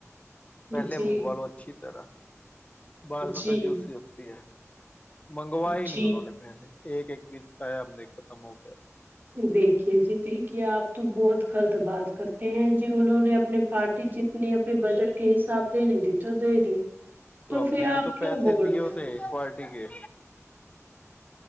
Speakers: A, on the left; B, on the right.
A: پہلے
B: جی
A: منگوا لو اچھی طرح بع میں
B: جی
A: کا جوس ہی ہوتا کیا <inaudible> منگوا ہی
B: جی
A: نہیں انہوں نے پہلے ایک ایک پیس کھایا ہم نے ختم ہو گیا <inaudible>
B: دیکھیے جی دیکھیے آپ تو بہت غلط بات کرتے ہیں جی انہوں نے اپنے پارٹی جتنی اپنے بجٹ کے حساب دے نہیں دی تو دے دی
A: تو ہم
B: پھر
A: نے
B: آپ
A: بھی تو
B: کیوں
A: پیسے
B: بول
A: دیے
B: رہے
A: ہوتے
B: ہیں
A: پارٹی کے